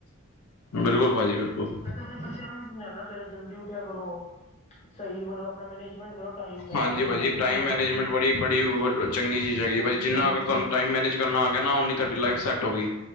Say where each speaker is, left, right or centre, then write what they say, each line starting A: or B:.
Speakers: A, on the left; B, on the left.
A: ਬੇਲਕੁਲ ਭਾਜੀ ਬੇਲਕੁਲ।
B: ਮੈਂ ਤੇ ਅਪਣੇ ਬੱਚੇਆਂ ਨੂੰ ਵੀ ਸਮਝਾਨਾ ਸਵੇਰੇ ਜਲਦੀ ਉਠੇਆ ਕਰੋ, ਸਈ ਮਤਲਬ ਅਪਨਾ ਮੈਨੇਜਮੈਂਟ ਕਰੋ। ਟਾਈਮ ਦਾ
A: ਹਾਂਜੀ
B: ਇਹ ਨੀ
A: ਭਾਜੀ,
B: ਕਿ ਸੁੱਤੇ
A: ਟਾਈਮ
B: ਹੀ ਰਹੋ।
A: ਮੈਨੇਜਮੈਂਟ ਬੜੀ, ਬੜੀ ਓਰ ਚੰਗੀ ਚੀਜ ਹੈਗੀ
B: ਬਹੁਤ
A: ਏ ਭਾਜੀ
B: ਜ਼ਰੂਰੀ
A: ਜੀਨਾ ਅਗਰ
B: ਚੀਜ਼
A: ਤੂਆਨੂੰ
B: ਹੈ
A: ਟਾਈਮ ਮੈਨੇਜ ਕਰਨਾ ਆ ਗੇਆ ਨਾ, ਓਨੀ ਧਾਡੀ ਲਾਈਫ ਸੈਟ ਹੋ ਗਈ।